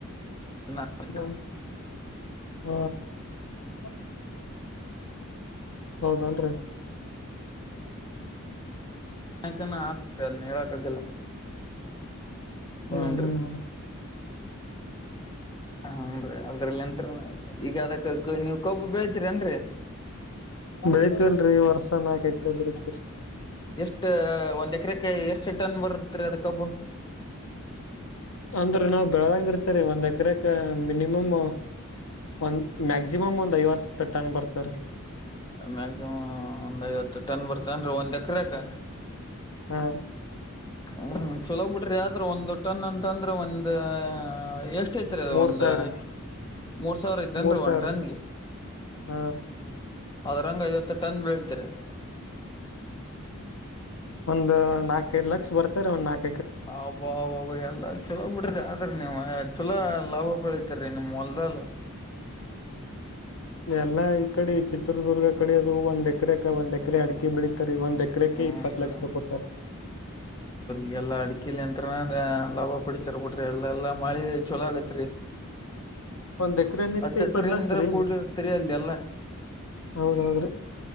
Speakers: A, on the left (about 20°); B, on the left (about 75°).
A: ನ <unintelligible>
B: ಹ ಹ <inaudible> ಹೌದನ್ರರಿ
A: ಯಾಕ ಆತ ಅದೇ ಹೇಳಕ್ಕಾಗಲಿಲ್ಲ
B: ಹ್ಮ್
A: ಹ್ಮ
B: ಹ್ಮ್
A: ರೀ
B: ಹ್ಮ್
A: ಹನ್ರೀ ಅದ್ರಲ್ಲಿ ಎಂತರ ಈಗ ಅದಕ್ಕ ನೀವ್ ಕಬ್ಬು ಬೆಳತರಿ ಏನ್ರರಿ
B: ಬೆಳಗ್ಗೆ ವರ್ಷಕ್ಕೆ ನಾಕ ಎಕರೆ ಬೆಳೀತತಿರಿ
A: ಎಷ್ಟು ಒಂದ್ ಎಕರೆಕ್ಕೆ ಎಷ್ಟು ಟನ್ ಬರುತ್ತ ರೀ ಅದ ಕಬ್ಬು
B: ಅಂದ್ರ ನಾವವು ಬೆಳದಂಗ ಇರ್ತರಿ ಒಂದ್ ಎಕರೆ‌ಗೆ ಮಿನಿಮಮ ಒಂದ್ ಮ್ಯಾಕ್ಸಿಮಮ್ ಒಂದ್ ಐವತ್ತು ಟನ್ ಬರ್ತಾರೆ
A: ಮ್ಯ್ಯಾಕ್ಸಿಮಮ್ ಒಂದ್ ಐವತ್ತು ಟನ್ ಬರ್ತನ್ರರಿ ಒಂದ್ ಎಕರೆ ಗ
B: ಹ ರಿ
A: ಹ್ಮ್ ಹ್ಮ ಚಲೋ ಬಿಡ್ರಿ ಆದ್ರರು ಒಂದ್ ಟನ್ ಅಂತ ಅಂದ್ರೆಂದ್ ಅ ಎಷ್ಟ ಐತ್ರಿ ಅದು
B: ಮೂರ್
A: ಒಂದು
B: ಸಾವಿರ
A: ಮೂರ್ ಸಾವಿರ ಇತೇನ್ರೀ
B: ಮೂರ್
A: ಒಂದು
B: ಸಾವಿರ
A: ಟಾನಿಗೆ.
B: ಹಾ
A: ಅದ್ರಂಗ ಐವತ್ತು ಟನ್ ಬೀಳ್ತರಿ.
B: ಒಂದು ನಾಲ್ಕೈದು ಲಕ್ಷ ಬರ್ತಾರೆ ಒಂದ್ ನಾಕು.
A: ಅಬ್ಬಬ್ಬಾ ಅಬ್ಬಬ್ಬಾ ಚಲೋ ಬಿಡ್ರಿ ಆದ್ರೆ ನೀವು ಚಲೋ ಲಾಭ ಬೆಳೀತರಿ ನಿಮ್ಮ ಹೊಲ್ದಲ್.
B: ಎಲ್ಲಾ ಈ ಕಡೆ ಚಿತ್ರದುರ್ಗ ಕಡೆ ಅದು ಒಂದ ಎಕರೆಕ ಒಂದ ಎಕರೆ ಅಡಿಕೆ ಬೆಳೀತಾರೆ ಒಂದ್ ಎಕರೆ ಎಕ್ರಕ್ಕೆ
A: ಹ್ಮನ್ರಿ
B: ಇಪ್ಪತ್ತು ಲಕ್ಷ ಕೊಡ್ತಾರೆ.
A: ಈ ಎಲ್ಲಾ ಅಡಿಕೆಲಿ ಯಂತ್ರನ ಲಾಭ ಪಡಿತರ್ ಬಿಟ್ರಿ ಎಲ್ಲ ಎಲ್ಲಾ ಮಾಡಿ ಚಲೋ ಆಗತ್ರಿ.
B: ಒಂದ್ ಎಕರೆ ನಿತ್ಯ
A: ಅಚ್ಚಸರಿಂದ್ರ
B: ಇಪ್ಪತ್ ಲಕ್ಷ ರೀ
A: ಕೂಡಿರ್ತರಿಲ್ಲಿ ಅಲ್ಲಿ ಎಲ್ಲಾ
B: ಹೌದಹೌದ್ರಿ.